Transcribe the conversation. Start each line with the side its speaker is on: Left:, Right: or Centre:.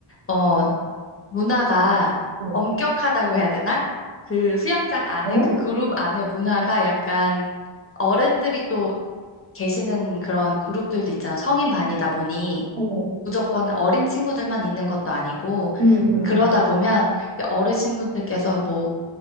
Left: 어, 문화가
Right: 어,
Left: 엄격하다고 해야 되나? 그 수영장 안에,
Right: 어,
Left: 그 그룹 안에 문화가 약간 어른들이 또 계시는 그런 그룹들도 있잖아. 성인 반이다 보니
Right: 어,
Left: 무조건 어린 친구들만 있는 것도 아니고
Right: 음,
Left: 그러다
Right: 음.
Left: 보면 어르신분들께서 뭐